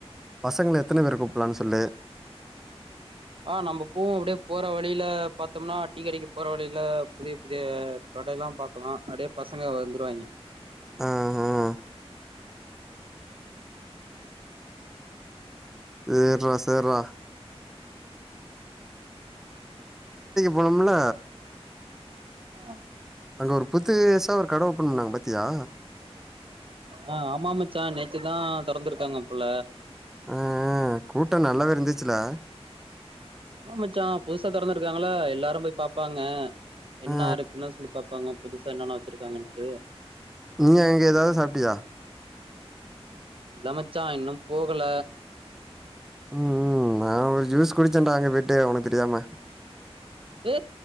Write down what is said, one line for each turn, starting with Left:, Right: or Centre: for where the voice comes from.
Centre: பசங்க எத்தன பேர கூப்பலானு சொல்லு
Right: ஆ நம்ம பூவும் அப்பிடியே போற வழியில பாத்தோம்னா டீக்கடைக்கு போற வழியில புதிய புதிய கடெல்லா பாக்கலா அப்பிடியே பசங்க வந்துருவாங்க
Centre: ஆ ஆ சேர்ரா சேர்ரா போனும்ள
Right: ஆ
Centre: அங்க ஒரு புத்துசா ஒரு கட ஓப்பன் பண்ணாங்க பாத்தியா
Right: ஆ ஆமா மச்சா நேத்து தா தொறந்திருக்காங்க போல
Centre: ஆ ஆ கூட்டோ நல்லாவே இருந்ச் ச்சுலா
Right: ஆமா மச்சா புதுசா திறந்திருக்காங்கள எல்லாரு போய் பபப்பாங்க என்ன
Centre: ஆ ஆ
Right: இருக்குன்னு சொல்லி பாப்பாங்க புதுசா என்னன்னா வச்சிருக்காங்கன்னட்டு
Centre: நீ எங்க ஏதாது சாப்பிட்டியா
Right: இல்ல மச்சா இன்னு போகல
Centre: ம் ம் நா ஒரு ஜூஸ் குடிச்சேன்டா அங்க போய்ட்டு உனக்கு தெரியாம
Right: ஏ